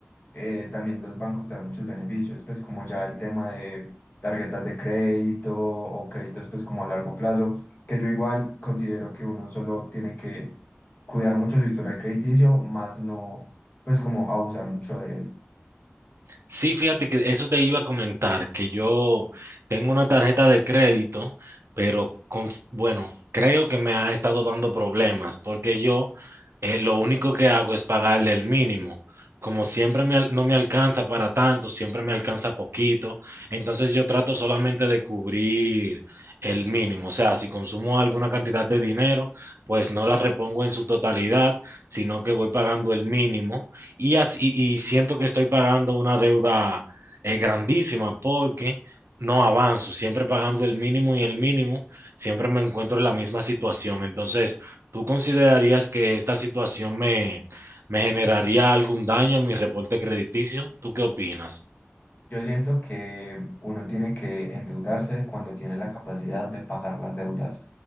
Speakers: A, on the left; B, on the right.
A: eh, también los bancos te dan muchos beneficios, pues como ya el tema de tarjetas de crédito o créditos pues como a largo plazo, que yo igual considero que uno solo tiene que cuidar mucho su historial crediticio, más no pues como abusar mucho de él.
B: sí, fíjate que eso te iba a comentar, que yo tengo una tarjeta de crédito, pero con, bueno, creo que me ha estado dando problemas, porque yo eh, lo único que hago es pagarle el mínimo. Como siempre me al- no me alcanza para tanto, siempre me alcanza poquito, entonces yo trato solamente de cubrir el mínimo. O sea, si consumo alguna cantidad de dinero, pues no la repongo en su totalidad, sino que voy pagando el mínimo y, así, y siento que estoy pagando una deuda eh, grandísima porque no avanzo, siempre pagando el mínimo y el mínimo, siempre me encuentro en la misma situación. Entonces... ¿Tú considerarías que esta situación me, me generaría algún daño en mi reporte crediticio? ¿Tú qué opinas?
A: Yo siento que uno tiene que endeudarse cuando tiene la capacidad de pagar las deudas.